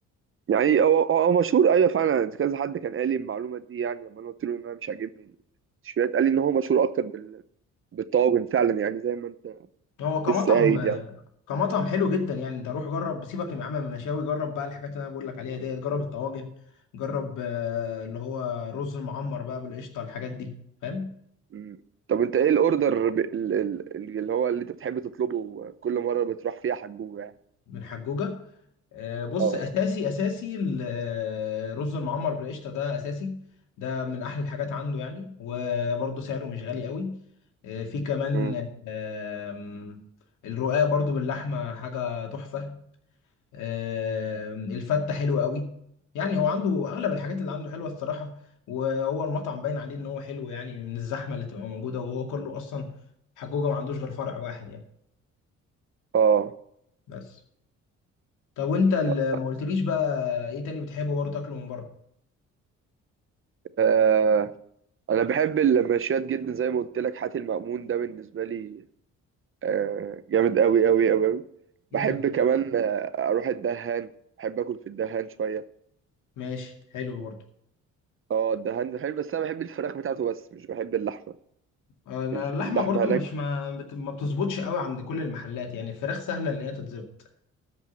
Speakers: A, on the right; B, on the left.
A: يعني هو هو مشهور ايوه فعلا كذا حد كان قال لي المعلومة دي يعني لما انا قلت له ان انا مش عاجبني المشويات قال لي ان هو مشهور اكتر بال بالطواجن فعلا يعني زي ما انت
B: هو كمطعم
A: لسه قايل يعني
B: كمطعم حلو جدا يعني ده روح جرب سيبك يا عم من المشاوي جرب بقى الحاجات اللي انا بقول لك عليها ديت جرب الطواجن جرب آه، اللي هو رز المعمر بقى بالقشطة الحاجات دي فاهم
A: مم. طب انت ايه الاوردر ب... ال- ال- ال- اللي هو اللي انت بتحب تطلبه كل مره بتروح فيها حجوجه يعني
B: من حجوجة آه، بص
A: اه
B: اساسي اساسي ال- آه، رز المعمر بالقشطه ده اساسي ده من احلى الحاجات عنده يعني وبرده سعره مش غالي قوي آه، في كمان
A: مم.
B: آم، الرقاق برده باللحمه حاجه تحفه آم، الفته حلوه قوي يعني هو عنده اغلب الحاجات اللي عنده حلوه الصراحه وهو المطعم باين عليه ان هو حلو يعني من الزحمه اللي تبقى موجوده وهو كله اصلا حجوجه ما عندوش غير فرع واحد يعني
A: اه
B: بس طب وانت اللي
A: طب
B: ما قلتليش بقى ايه تاني بتحبه برضه تاكله من بره
A: آه. انا بحب المشويات جدا زي ما قلت لك حاتي المأمون ده بالنسبه لي آه. جامد قوي قوي قوي قوي
B: امم
A: بحب كمان آه. اروح الدهان بحب اكل في الدهان شويه
B: ماشي حلو برضو
A: اه الدهان بحب بس انا بحب الفراخ بتاعته بس مش بحب اللحمه
B: انا
A: مش
B: اللحمه
A: اللحمه
B: برضو
A: هناك
B: مش ما بت... ما بتظبطش قوي عند كل المحلات يعني الفراخ سهله ان هي تتظبط